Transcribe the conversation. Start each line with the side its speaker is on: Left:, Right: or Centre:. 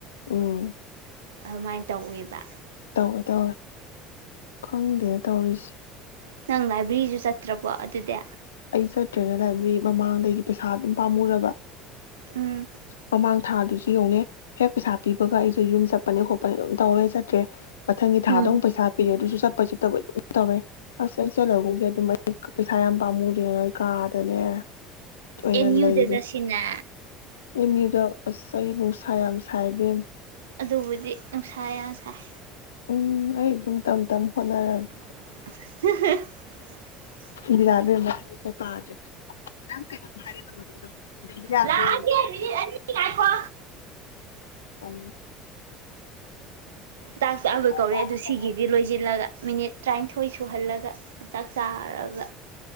Left: ꯎꯝ
Right: ꯑꯗꯨꯃꯥꯏꯅ ꯇꯧꯋꯦꯕ
Left: ꯇꯧꯋꯦ ꯇꯧꯔꯦ ꯈꯪꯗꯦ ꯇꯧꯔꯤꯁꯦ
Right: ꯅꯪ ꯂꯥꯏꯕ꯭ꯔꯦꯔꯤꯁꯨ ꯆꯠꯇ꯭ꯔꯕꯣ ꯑꯗꯨꯗꯤ
Left: ꯑꯩ ꯆꯠꯇ꯭ꯔꯦꯗ ꯂꯥꯏꯕ꯭ꯔꯦꯔꯤ ꯃꯃꯥꯡꯗꯒꯤ ꯄꯩꯁꯥ ꯑꯗꯨꯝ ꯄꯥꯝꯃꯨꯔꯕ
Right: ꯎꯝ
Left: ꯃꯃꯥꯡ ꯊꯥꯗꯨꯁꯨ ꯌꯧꯅꯦ ꯍꯦꯛ ꯄꯩꯁꯥ ꯄꯤꯕꯒ ꯑꯩꯁꯨ ꯌꯨꯝ ꯆꯠꯄꯅꯦ ꯈꯣꯠꯄꯅꯦ ꯑꯗꯨꯝ ꯇꯧꯔꯦ ꯆꯠꯇ꯭ꯔꯦ ꯃꯊꯪꯒꯤ ꯊꯥꯗꯨ
Right: ꯎꯝ
Left: ꯄꯩꯁꯥ ꯄꯤꯔꯦ ꯑꯗꯨꯁꯨ ꯆꯞ ꯂ ꯆꯠꯇꯕꯩ ꯑꯗꯨꯝ ꯇꯧꯔꯦ ꯑꯁ ꯑꯩ ꯆꯠꯂꯒꯨꯝꯒꯦ ꯑꯗꯨꯝ ꯑꯩ ꯄꯩꯁꯥ ꯌꯥꯝ ꯄꯥꯝꯃꯨ ꯅ ꯀꯥꯗꯅꯦ ꯑꯣꯏꯅ
Right: ꯑꯦꯝ
Left: ꯂꯩꯔꯦ
Right: ꯎꯗ ꯆꯠꯁꯤꯅ
Left: ꯑꯦꯝ ꯌꯨꯗ ꯑꯁ ꯑꯩ ꯅꯨꯡꯁꯥ ꯌꯥꯝ ꯁꯥꯏꯕꯦꯝ
Right: ꯑꯗꯨꯕꯨꯗꯤ ꯅꯨꯡꯁꯥ ꯌꯥꯝ ꯁꯩ꯫
Left: ꯎꯝꯝ ꯑꯩ ꯑꯗꯨꯝ ꯇꯝ ꯇꯝ ꯍꯣꯠꯅꯥꯔꯒꯦ꯫
Right: <unintelligible>
Left: ꯏꯗꯤꯔꯥ ꯏꯕꯦꯝꯃ ꯄꯥꯗꯦ ꯅ ꯀꯥꯏꯩꯅ ꯍꯥꯏꯔꯦ ꯇ ꯃꯅꯤꯗꯣ ꯗꯂꯤꯌꯥ ꯌꯥ
Right: ꯂꯥꯛꯑꯒꯦ
Left: ꯑꯗꯨ
Right: ꯃꯤꯅꯤꯠ ꯑꯅꯤ ꯉꯥꯏꯈꯣ
Left: ꯎꯝ
Right: ꯆꯥꯛ ꯆꯥꯕꯣꯏ ꯀꯧꯔꯦ
Left: ꯑꯥ
Right: ꯑꯗꯨ ꯁꯤꯒꯤꯗꯤ ꯂꯣꯏꯁꯤꯜꯂꯒ ꯃꯤꯅꯤꯠ ꯇ꯭ꯔꯦꯅꯤꯊꯣꯏ ꯁꯨꯜꯍꯜꯂꯥꯒꯥ꯫ ꯆꯛ ꯆꯔꯥꯒꯥ꯫